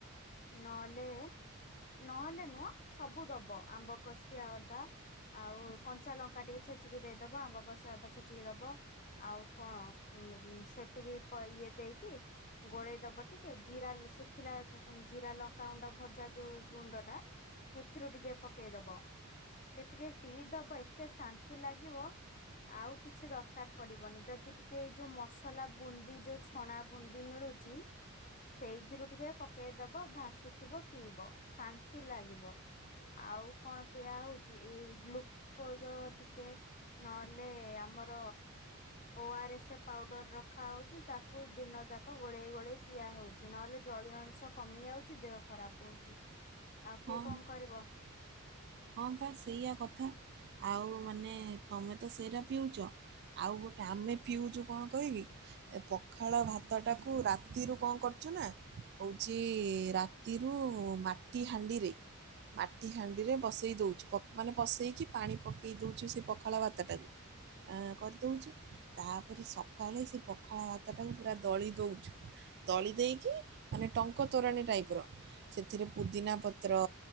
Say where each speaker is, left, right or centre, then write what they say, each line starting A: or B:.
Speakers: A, on the left (about 35°); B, on the right (about 50°).
A: ନହେଲେ ନହେଲେ ନୁହ ସବୁ ଦବ ଆମ୍ବ କଷିଆ ଅଦା, ଆଉ କଞ୍ଚା ଲଙ୍କା, ଟିକେ ଛେଚିକି ଦେଇଦବ ଆମ୍ବ କଷିଆ ଅଦା ଛେଚିକି ଦବ ଆଉ। କଣ ସେତିକି ଇଏ ଦେଇକି ଗୋଳେଇ ଦବ ଟିକେ ଜୀରା ଶୁଖିଲା ଜିରା ଲଙ୍କା ଗୁଣ୍ଡ ଭଜା ଯୋଉ ଗୁଣ୍ଡ ଟା ସେଥିରୁ ଟିକେ ପକେଇ ଦବ ସେ ଟିକେ ପିଇଦବ ଏତେ ଶାନ୍ତି ଲାଗିବ ଆଉ କିଛି ଦରକାର ପଡିବନି। ଯଦି। ଟିକେ ଏଇ ଯୋଉ ମସଲା ବୁନ୍ଦି ଯୋଉ ଛଣା ବୁନ୍ଦି ମିଳୁଛି ସେଇଥିରୁ ଟିକେ ପକେଇଦବ ଭାସୁଥିବ ପିଇବ ଶାନ୍ତି ଲାଗିବ। ଆଉ କଣ ପିୟଆ ହଉଛି ଗ୍ଲୁକୋଜ ଟିକେ ନହେଲେ ଆମର। ଓଆର୍ ଏସ୍ ପାଉଡର ରଖା ହଉଛି ତାକୁ ଦିନ ଯାକ ଗୋଳେଇ ଗୋଳେଇ ପିଆ ହଉଛି। ନହେଲେ ଜଳୀୟ ଅଂଶ କମି ଯାଉଛି ଦେହ ଖରାପ ହଉଛି। ଆଉ
B: ହଁ
A: କିଏ କଣ କରିବ
B: ହଁ ପା ଆଉ ମାନେ ତମେ ତ ସେଇଟା ପିଉଛ ଆଉ ଗୋଟେ ଆମେ ପିଉଛୁ କଣ କହିବି ଏ ପଖାଳ ଭାତଟାକୁ ରାତିରୁ କଣ କରୁଛୁ ନା ହଉଛି ରାତିରୁ। ମାଟି ହାଣ୍ଡିରେ ମାଟି ହାଣ୍ଡିରେ ବସେଇ ଦେଉଛୁ ମାନେ ବସେଇକି ପାଣି ପକାଇ ଦେଉଛୁ ସେ ପଖାଳ ଭାତଟାକୁ କରିଦଉଛୁ ତାପରେ ସକାଳେ ସେ ପଖାଳ ଭାତଟାକୁ ପୁରା ଦଳି ଦେଉଛୁ ଦଳି ଦେଇକି ମାନେ ଟଙ୍କ ତୋରାଣୀ ଟାଇପ ର ସେଥିରେ। ପୁଦିନା ପତ୍ର,